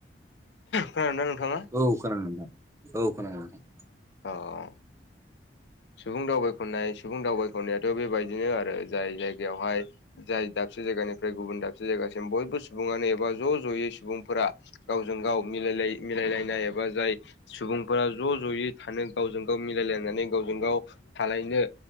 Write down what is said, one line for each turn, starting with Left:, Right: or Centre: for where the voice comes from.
Left: खोनादोंना नोंथाङा
Right: औ खोनादों नोंथां औ खोनादों नोंथां
Left: औ सुबुं दावबायखनाय सुबुं दावबायख'नायाथ' बेबायदिनो आरो जाय जायगायावहाय जाय दाबसे जायगानिफ्राय गुबुन दाबसे जायगासिम बयबो सुबुङानो एबा ज' ज'यै सुबुंफोरा गावजों गाव मिलाय मिलायलायनाय एबा जाय सुबुं फोरा ज' ज'यै थानो गावजों गाव मिलायलायनानै गावजों गाव थालायनो